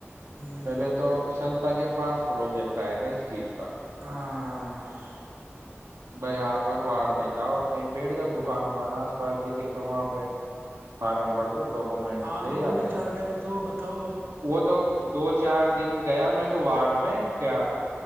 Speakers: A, on the right (about 60°); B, on the right (about 85°).
A: ہ
B: پہلے تو سنستھا کے پاس پروجیکٹ آیا تھا اس چیز کا
A: ہاں ہاں
B: بائی آپر وارڈ میں جاؤ اور کہیں بیٹھ جاؤ دکان وکان آس پاس دکھے تو وہاں پہ فارم بھر ڈاکومنٹ
A: ہاں
B: لے
A: لوگوں
B: ہی آتے
A: کی
B: ہیں
A: جانکاری
B: وہ
A: دو بتاؤ
B: وہ تو دو چی چار دن گیا میں تو وارڈ میں کیا